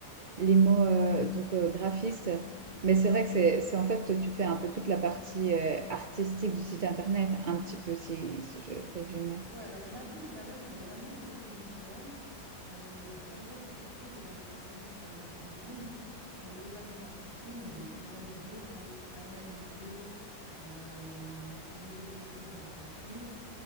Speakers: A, on the right; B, on the right.
A: les mots euh, donc euh, graphiste. Mais c'est vrai que c'est c'est en fait, tu fais un peu toute la partie euh, artistique du site internet, un petit peu si, si je résume.
B: Ouais, alors graphiste à la base, c'est vraiment le côté visuel. Euh, les très grosses entreprises, elles ont des services euh, marketing et le service marketing, il est spécialisé pour analyser euh, les objectifs de l'entreprise,